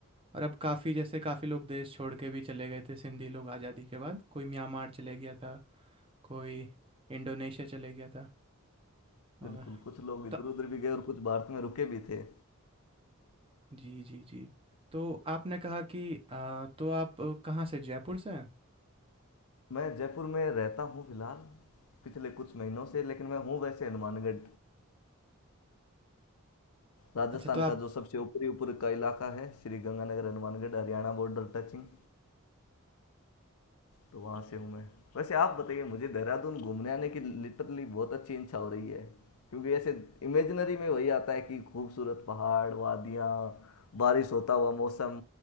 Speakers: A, on the right; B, on the left.
A: और अब काफ़ी जैसे काफ़ी लोग देश छोड़ के भी चले गए थे सिंधी लोग आज़ादी के बाद कोई म्यांमार चले गया था कोई इंडोनेशिया चले गया था और
B: बिल्कुल कुछ लोग इधर
A: तो
B: उधर भी गए और कुछ भारत में रुके भी थे
A: जी जी जी तो आपने कहा कि आ, तो आप अ, कहाँ से जयपुर से हैं
B: मैं जयपुर में रहता हूँ फिलहाल पिछले कुछ महीनों से लेकिन मैं हूँ वैसे हनुमानगढ़ राजस्थान
A: अच्छा तो आप
B: का जो सबसे ऊपरी ऊपर का इलाका है श्री गंगानगर हनुमानगढ़ हरियाणा बॉर्डर टचिंग तो वहाँ से हूँ मैं वैसे आप बताइए मुझे देहरादून घूमने आने की लिटरली बहुत अच्छी इच्छा हो रही है क्योंकि ऐसे इमेजिनरी में वही आता है कि खूबसूरत पहाड़ वादियाँ बारिश होता हुआ मौसम